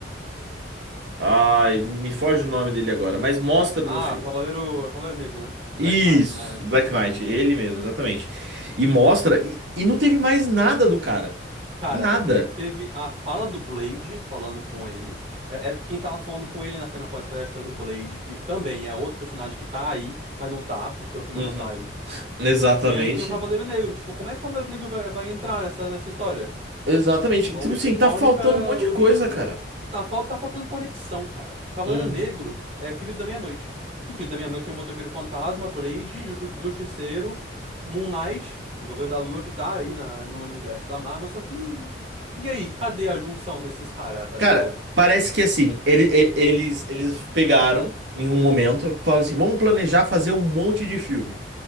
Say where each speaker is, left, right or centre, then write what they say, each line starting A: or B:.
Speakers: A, on the right (about 75°); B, on the right (about 35°).
A: Ai, me foge o nome dele agora, mas mostra no
B: Ah,
A: filme.
B: Cavaleiro, Cavaleiro Negro, né? Black
A: Isso,
B: Knight, né? Acho
A: Black
B: que é Black
A: Knight,
B: Knight,
A: ele
B: não.
A: mesmo, exatamente. E mostra, e, e não teve mais nada do cara.
B: Cara,
A: Nada.
B: é porque teve a fala do Blade falando com ele. É, é- quem tava falando com ele na cena pós-crédito era o Blade, que também é outro personagem que tá aí, mas não tá, porque o filme
A: Uhum.
B: não tá aí.
A: Exatamente.
B: E aí tem o Cavaleiro Negro. Tipo, como é que o Cavaleiro Negro vai, vai entrar nessa, nessa história?
A: Exatamente.
B: A
A: Tipo
B: única,
A: assim, tá
B: a única
A: faltando um monte de
B: origem.
A: coisa, cara.
B: Tá, fal- tá faltando conexão, cara. Cavaleiro
A: Uhum.
B: Negro é Filhos da Meia-Noite. E Filhos da Meia-Noite é Motoqueiro Fantasma, Blade, Justi- Justiceiro, Moon Knight, o Cavaleiro da Lua que tá aí na- no universo da Marvel, só que. E aí, cadê a junção desses caras, tá
A: Cara,
B: ligado?
A: parece que assim, ele- e- eles, eles pegaram em um momento, falaram assim: vamos planejar fazer um monte de filme.